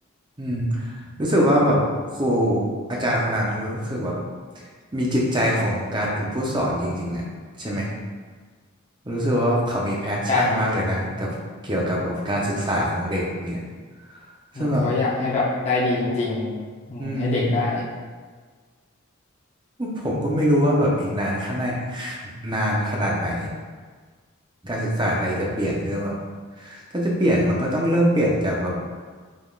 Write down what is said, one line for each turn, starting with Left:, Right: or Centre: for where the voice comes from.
Right: อืมรู้สึกว่าแบบครูอาจารย์คนนั้นรู้สึกแบบมีจิตใจของการเป็นผู้สอนจริงๆอ่ะใช่ไหมรู้สึกว่าเขามีแพชชั่นมากเลยนะกับเกี่ยวกับแบบการศึกษาของเด็กเนี่ย
Left: ใช่ครับใช่อืมเขาอยากให้แบบได้ดีจริงๆอืมให้เด็กได้
Right: ซึ่งแบบอืม ผมก็ไม่รู้ว่าแบบอีกนานขนาดนานขนาดไหนการศึกษาไทยจะเปลี่ยนด้วยว่าถ้าจะเปลี่ยนมันก็ต้องเริ่มเปลี่ยนจากแบบ